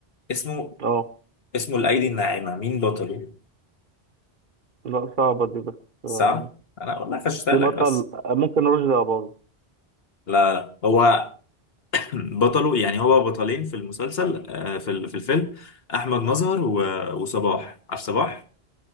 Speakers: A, on the left (about 70°); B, on the right (about 55°).
A: اسمه
B: اه
A: اسمه الأيدي الناعمة مين بطله
B: لا صعبة دي بس
A: صح
B: آه،
A: أنا والله فشتلك
B: في بطل
A: بس
B: آه، ممكن رشدي أباظة
A: لا لا هو <clears throat> بطله يعني هو بطلين في المسلسل آه، في ال- في الفيلم أحمد مظهر و- وصباح عارف صباح؟